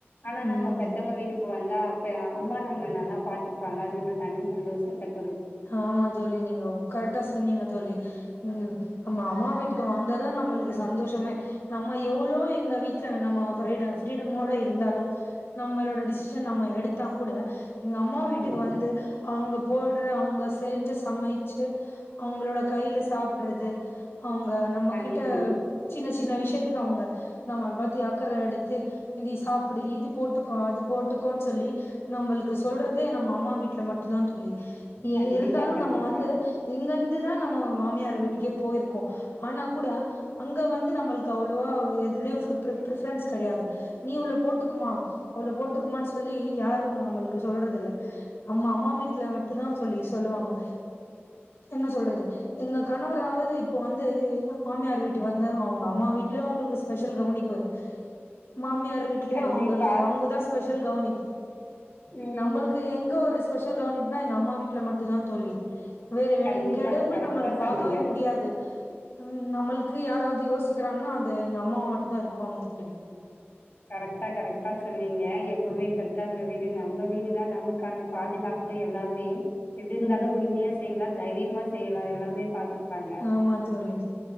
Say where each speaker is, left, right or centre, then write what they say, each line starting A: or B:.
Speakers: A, on the left; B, on the left.
A: ஆனா
B: ம்
A: நம்ம பெத்தவங்க வீட் வந்தா அப்பையா அம்மா நம்மள நல்லா பாத்துப்பாங்க அது ஒரு தனி சந்தோஷம் கிடச்
B: ஆமா தோழி நீங்க உக் கரெக்டா சொன்னீங்க தோழி ம் நம்ம அம்மா வீட்டுக்கு வந்தாதான் நம்மளுக்கு சந்தோஷமே நம்ம எவ்ளோ எங்க வீட்டுல நம்ம ஃப்ரீடா ஃப்ரீடமோட இருந்தாலும் நம்மளோட டிசிஷன் நம்ம எடுத்தா கூட எங்க அம்மா வீட்டுக்கு
A: ஆமா
B: வந்து அவங்க போட் அவங்க செஞ்ச சமைச்சு அவங்களோட கையில சாப்பிடுறது அவங்க நம்ம
A: தனி
B: கிட்ட சின்ன சின்ன சின்ன விஷ்யத்துக்கு அவுங்க நம்மள பத்தி அக்கற எடுத்து இதிய சாப்புடு இது போட்டுக்கோ அது போட்டுக்கோன் சொல்லி நம்பள்கு சொல்றதே நம்ம அம்மா வீட்ல மட்டுதா தோழி எ
A: கண்டிப்பா
B: இருந்தாலு
A: கண்டிப்பா
B: நம்ம வந்து இங்கந்து தா நம்ம மாமியார் வீட்டுக்கே போயிருக்கோ ஆனாகூட அங்க வந்து நம்மள்கு அவ்ளோவா எதுலியு பிப் ரிப் பிரெஃப்ரன்ஸ் கடையாது நீ உள்ள போட்டுக்குமா உள்ள போட்டுக்குமான் சொல்லி யாரும் நம்ளுக்கு சொல்றது இல்ல நம்ம அம்மா வீட்ல மட்டுதா தோழி சொல்லுவாங்க என்ன சொல்றது எங்க கணவராவ்து இப்ப வந்து மாமியார் வீட்டு வந்த அவுங்க அம்மா வீட்லயு அவுங்களுக்கு ஸ்பெஷல் கவனிப்பு மாமியார் வீட்லயு
A: கண்டிப்பா
B: அவுங்கள்கு அவங்கதா ஸ்பெஷல் கவனிப்பு
A: ம்
B: நம்மளுக்கு எங்க ஒரு ஸ்பெஷல் கவணிப்னா எங்க அம்மா வீட் ட்ல மட்டு‌தா தோழி வேற எடோ
A: கண்டிப்பா
B: இங்க எடமே
A: கரெக்டா
B: நம்மள்கு
A: சொன்னீங்க
B: பாக்கவே முடியாது நம்மள்கு யாராது யோசிக்கறாங்கனா அது எங்க அம்மாவ மட்டுதா‌ இருக்குவாங்க தோழி
A: கரெக்ட்டா கரெக்ட்டா சொன்னீங்க எப்போமே பெத்தவங்க வீடு நம்ப வீடுதா நமக்கான பாதுகாப்பு எல்லாமே எது இருந்தாலு
B: ம்
A: உரிமையா செய்யலா தைரியமா செய்யலா எல்லாமே பாத்துப்பாங்க
B: ஆமா தோழி